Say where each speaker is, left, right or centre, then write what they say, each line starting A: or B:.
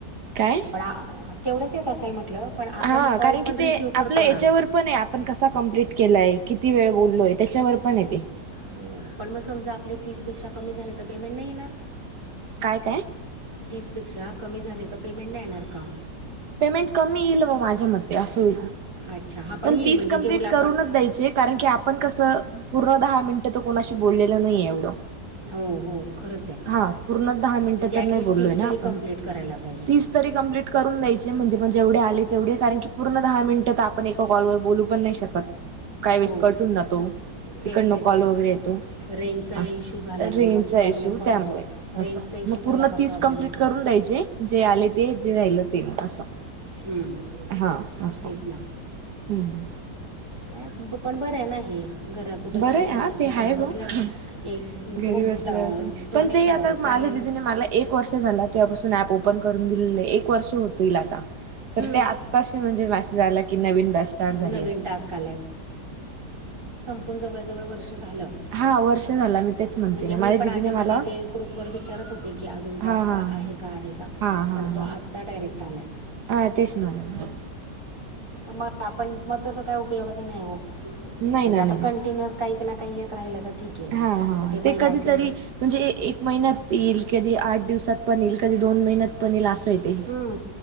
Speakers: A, on the right; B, on the right.
A: काय
B: पण आ तेवढंच येत असेल म्हटलं. पण आपण
A: हा
B: कॉल
A: कारण
B: पण
A: की
B: रिसीव
A: ते
B: करतो
A: आपल्या याच्यावर
B: ना
A: पण आहे आपण कसा कंप्लीट केलाय किती वेळ बोललोय त्याच्यावर पण आहे ते.
B: हो, पण मग समजा आपले तीस पेक्षा कमी झाले तर पेमेंट नाही येणार?
A: काय- काय?
B: तीसपेक्षा कमी झाले तर पेमेंट नाही येणार का?
A: पेमेंट कमी येईल व माझ्या मते असं होईल
B: अच्छा हां
A: पण
B: येईल
A: तीस
B: म्हणजे
A: कंप्लीट
B: जेवढे आपण
A: करूनच द्यायचे कारण की आपण कसं पूर्ण दहा मिनिटं तर कोणाशी बोललेलं नाहीे एवढं.
B: हो हो खरंच आहे
A: हा, पूर्ण दहा मिनटं
B: म्हणजे
A: तर
B: ॲटलिस्ट
A: नाही बोललोय
B: तीस
A: ना
B: तरी
A: आपण,
B: कंप्लीट करायला पाहिजे
A: तीस तरी कंप्लीट करून द्यायचे. जे म्हणजे जेवढे आले तेवढे कारण की, पूर्ण दहा मिनिटं आपण एका कॉलवर बोलू पण नाही शकत. काय वेळेस
B: हो
A: कट हून जातो,
B: तेच
A: तिकडन
B: तेच
A: कॉल
B: तेच
A: वगैरे येतो
B: रेंजचा
A: असं.
B: इशू झाला
A: रेंजचा
B: की मग प्रॉब्लेम
A: इशू
B: पण
A: त्यामुळे
B: होतो रेंजचा
A: असं,
B: इशू
A: मग
B: झाला
A: पूर्ण
B: का प्रॉब्लेम
A: तीस कंप्लीट
B: होतो
A: करून द्यायचे? जे आले ते, जे राहिलं ते असं.
B: हम्म,
A: हा असं.
B: तेच ना
A: हम्म.
B: काय पण बरंय ना हे, घरात कुठं
A: बरं
B: जाण्यापेक्षा
A: आहे हा
B: आपलं
A: ते आहे
B: घर बसल्या
A: ब
B: एक,
A: घरी
B: दोन
A: बसल्या
B: दा
A: बसल्या पण
B: दोन,
A: ते
B: एक हजार
A: आता
B: रुपये
A: माझ्या
B: आले
A: दिदीने मला एक वर्ष झाला तेव्हापासून अँप ओपन करून दिलेलं. एक वर्ष होतील आता.
B: हम्म,
A: तर ते आत्ताशी म्हणजे मेसेज आला की, नवीन बॅच स्टार्ट झाली
B: नवीन
A: असं.
B: टास्क पण जवळजवळ वर्ष झालं. <unintelligible>
A: हा वर्ष झाला मी तेच म्हणते
B: म्हणजे
A: ना माझ्या
B: मी पण
A: दिदीने
B: आधे
A: मला
B: मधे ते ग्रुप वर विचारत होते की, अजून टास्क
A: हा हा
B: आहे का? आहे का?
A: हा हा
B: पण
A: हा
B: तो
A: हा
B: आता डायरेक्ट आलाय.
A: हा, तेस ना मग.
B: मग आपण मग तस काय उपयोगाचं नाही आहे,
A: नाही
B: म्हणजे
A: ना
B: आता
A: नाही
B: कंटिन्युअस काही एक ना, काही येत राहिलं तर, ठीक. आहे
A: हा हा,
B: मग महिन्याचे
A: ते कधीतरी म्हणजे ए एक महिन्यात येईल, कधी आठ दिवसात पण येईल, कधी दोन महिन्यात पण येईल असं आहे ते
B: हम्म,